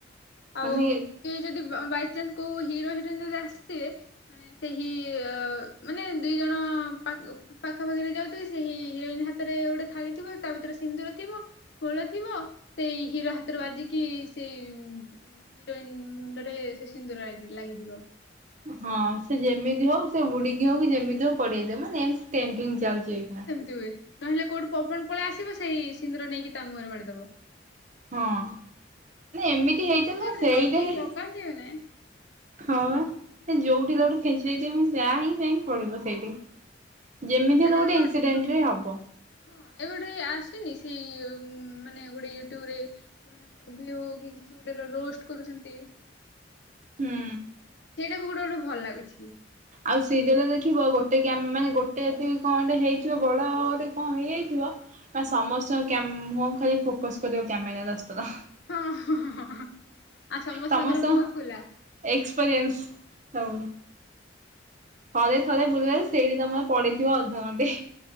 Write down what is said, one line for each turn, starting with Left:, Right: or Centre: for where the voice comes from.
Left: ଆଉ
Right: ମାନେ
Left: କିଏ ଯଦି ବ ବାଇଚନ୍ସ କୋଉ ହିରୋ ହିରୋଇନ ଯଦି ଆସିଥିବେ ମାନେ ସେଇ ହି ମାନେ ଦୁଇ ଜଣ ପା ଉ ପାଖାପାଖିରେ ଯାଉଥିବି ସେ ହି ହିରୋଇନ ହାତରେ ଗୋଟ ଥାଳି ଥିବ ତା ଭିତରେ ସିନ୍ଦୁର ଥିବ ବୋଳ ଥିବ ସେଇ ହିର ହା ତର ବାଜିକି ସେଇ <unintelligible> ହିରୋଇନ ମୁଣ୍ଡରେ ସେ ସିନ୍ଦୁର ଲାଗି ଲାଗିଯିବ।
Right: ହଁ ସେ ଯେମିତି ହୋଉ ସେ ବୁଢିକି ହୋଉ କି ଯେମିତି ହୋଉ ପଡେଇ ଦିଏ ମାନେ ଟ୍ରେଣ୍ଡିଙ୍ଗ ଚାଲଚି ଏଇଖିଣା।
Left: ଯୋଉ ଏ ନହେଲେ କୋଉଠୁ ପବନ ପଳେଇ ଆସିବ ସେଇ ସିନ୍ଦୁର ନେଇକି ତା ମୁହଁରେ ମାଡିଦବ
Right: ହଁ ଏମିତି
Left: ମାନେ
Right: ହେଇଥିବ
Left: କେମିତି ଗୋଟେ
Right: ସେଇଟା
Left: ଲଜିକ
Right: ହିଁ
Left: ଲଗାନ୍ତିି ଏମାନେ
Right: ହଁ ପା ସେ ଯୋଉଠି ହେଲେ ଗୋଟେ ଖୁଞ୍ଚି <unintelligible> ଯାହା ହିଁ ପାଇଁ ପଡିବ ସେଇଠି। ଯେମିତି ହେଲେ
Left: ଆରେ
Right: ଗୋଟେ
Left: ଏବେ
Right: ଇନସିଡେଣ୍ଟରେ ହବ।
Left: ହଁ ଏବେ ଗୋଟେ ଆସୁନି ସେଇ ଉଁମ୍ ମାନେ ଗୋଟେ ୟୁଟ୍ୟୁବରେ ମାନେ ମୁଭି ହୋଉ କି କିଛି ଗୋଟେ ରୋଷ୍ଟର କରୁଛନ୍ତି।
Right: ହୁଁ।
Left: ସେଇଟା ବି ଗୋଟେ ଗୋଟେ ଭଲ ଲାଗୁଛି।
Right: ଆଉ ସିରିଏଲରେ ଦେଖିବ ଗୋଟେ କ୍ୟାମ୍ ମାନେ ଗୋଟେ କି କଣ ଗୋଟେ ହେଇଥିବ ବଡଟେ କଣ ହେଇଯାଇଥିବ ମାନେ ସମସ୍ତଙ୍କ କ୍ୟାମ୍ ମୁଁହକୁ ଖାଲି ଫୋକସ କରିବ କ୍ୟାମେରା ଦଶ ଥର।
Left: ହଁ ହଁ ହଁ ହଁ ହଁ ଆଉ ସମସ୍ତଙ୍କର
Right: ସମସ୍ତଙ୍କ
Left: ମୁହଁ ଖୁଲା।
Right: ଏକ୍ସପେରିଏନ୍ସ ହଉ। ଥରେ ଥରେ ବୁଲେ ସେଇଠି ତମର ପଳେଇଥିବ ଅଧଘଣ୍ଟେ।